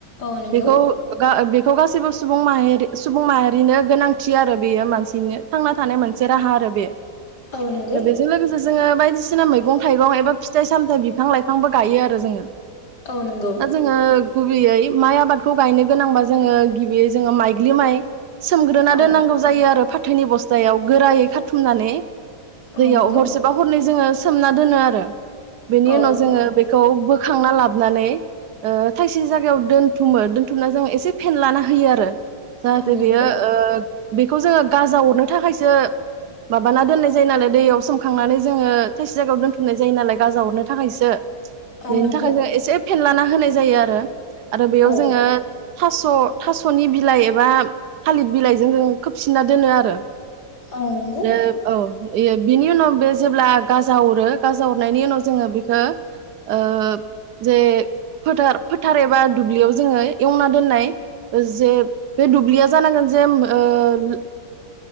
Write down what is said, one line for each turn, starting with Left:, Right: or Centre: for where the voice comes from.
Left: औ नंगौ
Right: बेखौ गा- बे थ गासैबो सुबुं माहारि सुबुं माहारिनो गोनांथि आरो बेयो मानसिनो थांना थानाय मोनसे राहा आरो बे।
Left: औ नंगौ
Right: <inaudible> बेजों लोगोसे जोङो बायदि सिना मैगं थाइगं एबा फिथाइ सामथाइ बिफां लाइफांबो गायो आरो जोङो।
Left: औ नंगौ
Right: दा जोङो गु गिबियै माइ आबादखौ गायनो गोनांबा जोङो गिबियै जोङो माइग्लि माइ सोमग्रोना
Left: औ
Right: दोननांगौ जायो आरो फा थोनि बस्थायाव गोरायै खाारथुमनानै।
Left: औ
Right: दैयाव
Left: नंगौ
Right: हरसेबा हरनै जोङो सोमना दोनो आरो। बेनि
Left: औ
Right: उनाव जोङो बेखौ बो बोखांना लाबानै थाइसे जायगायाव दोनथुमो दोनथुमना जों एसे फेन लाना होयो आरो। जाहाथे
Left: औ
Right: बियो
Left: नंगौ
Right: बेखौ जोङो गाजा हरनो थाखायसो माबाना दोननाय जायो नालाय दैयाव सोमखांनानै जोङो थाइसे जायगायाव दोनथुमनाय जायो नालाय गाजा हरनो थाखायसो
Left: औ
Right: बेनि
Left: नंगौ
Right: थाखाय एसे फेनलाना होनाय जायो आरो। आरो बेयाव
Left: औ
Right: जोङो थास' थास'नि बिलाइ एबा थालिर बिलाइजों जों खोबसिनना दोनो आरो
Left: औ नंगौ
Right: द औ बिनि उनाव बे जेब्ला गाजा अरो गाजा अरनायनि उनाव जोङो बेखौ ओ जे फोथार फोथार एबा दुब्लियाव जोङो एवना दोननाय जे बे दुब्लिया जानांगोन जे ओ